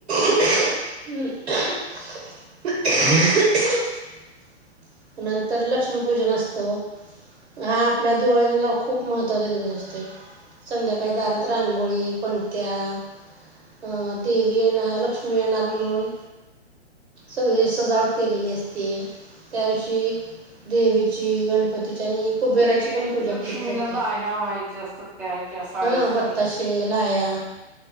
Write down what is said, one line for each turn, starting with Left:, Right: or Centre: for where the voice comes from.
Right: <inaudible> नंतर लक्ष्मीपूजन असतो. हा आपल्या दिवाळीला खूप महत्त्वाचा दिवस असतो संध्याकाळी दारात
Centre: हो
Right: रांगोळी पणत्या देवी येणार लक्ष्मी येणार म्हणून सगळी सजावट केलेली असते. त्या दिवशी देवीची गणपती ची आणि कुबेराची
Centre: ते
Right: पण पूजा
Centre: लक्ष्मीला
Right: केली जाते.
Centre: लाह्या व्हायच्या असतात त्या ह्याच्या साळी
Right: हा
Centre: साळी
Right: बताशे लाया